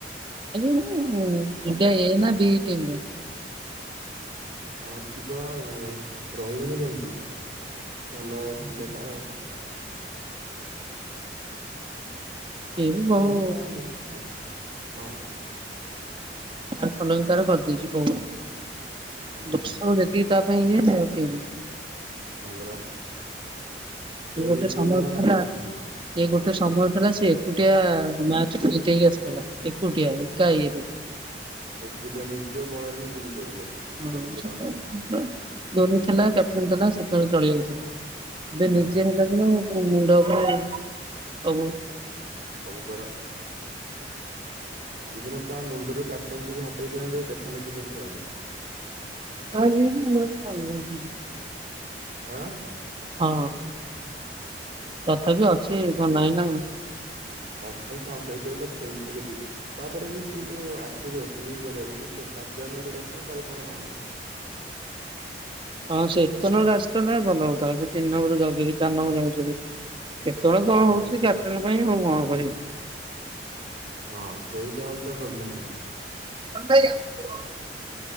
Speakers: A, on the right; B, on the right.
A: <unintelligible> ଇଣ୍ଡିଆ ଏ ନା ବି ଟିମ୍ ର?
B: ହଁ ଥିବ ରହିବେନି କେମିତି ଭଲ
A: ହଁ
B: ପିଲାଟା ଆଉ।
A: ସିଏ ବି ବହୁ
B: ଯଦି ତା ମୁ ହଁ ହଁ।
A: ତ ଫଲ ବି ତାର କରିଦେଇଛି ବହୁତ
B: ହୁଁ
A: ଦଶ ଯେତିକି ତା ପାଇଁ ଇଏ ଆଉ କେନି।
B: ହଁ ପରା। ସେ
A: ସେଏ ଗୋଟେ
B: ଯଦି
A: ସମୟ
B: ଏଇନା ହଁ
A: ଥିଲା ସେଏ
B: ହଁ
A: ଗୋଟେ ସମୟ ଥିଲା ସିଏ। ଏକୁଟିଆ ମ୍ୟାଚ ଜିତେ ହି ଆସି ଥିଲା ଏକୁଟିଆ ଏକା ଇଏ।
B: ଏକୁଟିଆ ନିଜ ବଳରେ ନିଜେ ଜିତଉଥିଲା। ଏକୁଟିଆ
A: ହ <unintelligible>
B: ନିଜ ଦମରେ।
A: ଧୋନି ଥିଲା, କ୍ୟାପଟେନ ଥିଲା, ସେତେବେଳେ ଚଳି ଯାଉଥିଲା। ଏବେ
B: ହଁ।
A: ନିଜେ ହେଲା ଦିନରୁ କଣ ମୁଣ୍ଡ ଉପରେ ହବ
B: ସବୁପରା। ଦୁଇଦିନ ତା ମୁଣ୍ଡରୁ କ୍ୟାପ୍ଟେନସିକୁ ହଟେଇ ଦିନ୍ତେ ଦେଖନ୍ତ ସେ କିମିତି ଖେଳନ୍ତା।
A: <unintelligible>
B: ହଁ।
A: ହଁ ତଥାପି ଅଛି କଣ ନାଇଁ ନା କଣ?
B: ତଥା ବି ଶସ ହେଇଥିବ ତ ଖେଳୁଛି ଯଦି। ତାପରେ ବି ସିଏ ଯୋଉ ଆସଛି ଓପନିଂ କରିବାକୁ ସ ଫାଷ୍ଟୀ ଆସନ୍ ତାହଲେ କଣ ହନ୍ତା।
A: ହଁ ସେ ଏକ ନମ୍ବର ଆସିଥାନ୍ତା ଭଲ ହଉଥିଲା ସେ ତିନି ନମ୍ବର ଜଗିକି ଚାରି ନମ୍ବର ବେଞ୍ଚେରେ କେତେବେଳେ କଣ
B: ହଁ ପରା।
A: ହଉଛି କ୍ୟାପଟେନ୍ ପାଇଁ ଆଉ କଣ କରିବି?
B: ହଁ ସେଇଟା ହଉଚି ତା ପ୍ରୋବ୍ଲେମ ହଉଚି।
A: <unintelligible>